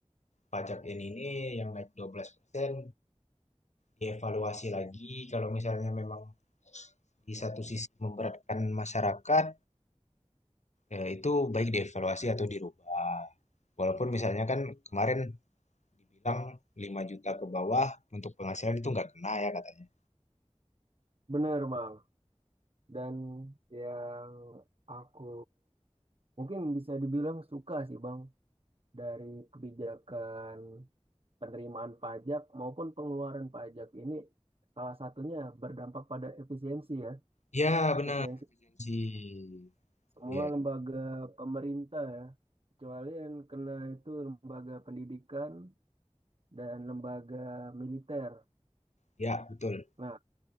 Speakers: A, on the left (about 80°); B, on the right (about 55°).
A: pajak ini ini yang naik 12% dievaluasi lagi. Kalau misalnya memang di satu sisi memberatkan masyarakat, eh, itu baik dievaluasi atau dirubah. Walaupun misalnya kan kemarin dibilang 5 juta ke bawah untuk penghasilan itu nggak kena ya katanya.
B: Benar, Bang. Dan yang aku mungkin bisa dibilang suka sih Bang dari kebijakan penerimaan pajak maupun pengeluaran pajak ini salah satunya berdampak pada efisiensi ya.
A: Ya,
B: Efisiensi
A: benar. Ji, itu
B: semua
A: dia.
B: lembaga pemerintah ya. Kecuali yang kena itu lembaga pendidikan dan lembaga militer.
A: Ya, betul.
B: Nah,